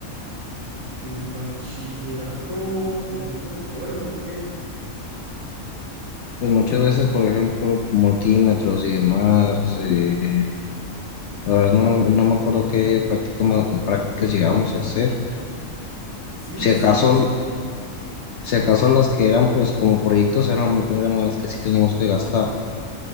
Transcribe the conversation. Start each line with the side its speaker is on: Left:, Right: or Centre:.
Right: En bachillerato, no me acuerdo en qué.
Left: Pues muchas veces, por ejemplo, multímetros y demás, eh, la verdad no, no me acuerdo qué práctica, ma- prácticas llegábamos a hacer.
Right: Sí,
Left: Si
Right: sí,
Left: acaso,
Right: sí.
Left: si acaso las que eran pues como proyectos eran, eran las que sí teníamos que gastar.